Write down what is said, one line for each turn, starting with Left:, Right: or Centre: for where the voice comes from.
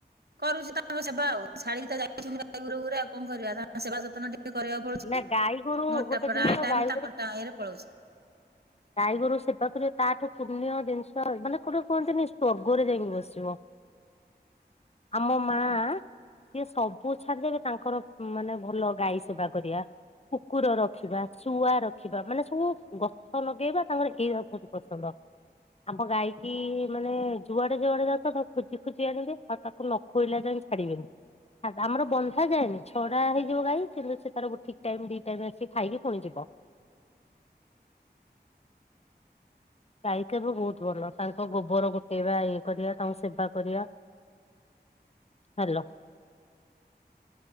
Right: କରୁଛି ତାଙ୍କ ସେବା ଆଉ ଛାଡିକି <inaudible> କରିବାକୁ ପଡୁଛି।
Left: ନା ଗାଈ ଗୋରୁ
Right: ମୋର
Left: ଗୋଟେ
Right: ତ ପ୍ରାୟ
Left: ଜିନିଷ
Right: ଟାଇମ୍
Left: ଗାଈ
Right: ତାଙ୍କ ଟାଏରେ ପଳଉଛି।
Left: ଗାଈଗୋରୁ ସେବା କରିବା ତାଠୁ ପୁଣ୍ୟ ଜିନିଷ ମାନେ ଗୋଟେ କୁହନ୍ତିନି ସ୍ଵର୍ଗରେ ଯାଇକି ବସିବ। ଆମ ମା- ଆଁ- ଆଁ ସିଏ ସବୁ ଛାଡିଦେବେ ତାଙ୍କର ମାନେ ଭଲ ଗାଈ ସେବା କରିବା। କୁକୁର ରଖିବା, ଶୁଆ ରଖିବା ମାନେ ସବୁ ଗଛ ଲଗେଇବା ତାଙ୍କର ଏଇରା ସବୁ ପସନ୍ଦ। ଆମ ଗାଈକିି ମାନେ ଯୁଆଡେ ଯୁଆଡେ ଯାଉଥିବ ତାକୁ ଖୋଜି ଖୋଜି ଆଣିବେ ଆଉ ତା ତାକୁ ନ ଖୁଏଇଲା ଯାଏଁ ଛାଡିବେନି। ଆ- ଆମର ବନ୍ଧା ଯାଏନି ଛଡା ହେଇଯିବ ଗାଈ କିନ୍ତୁ ତାର ଠିକ୍ ଟାଇମ୍ ଦିଟାରେ ଆସିକି ଖାଇକି ପୁଣି ଯିବ। ଗାଇ କାମ ବହୁତ୍ ଭଲ ତାଙ୍କ ଗୋବର ଗୋଟେଇବା ଇଏ କରିବା ତାଙ୍କୁ ସେବା କରିବା। ହାଲୋ।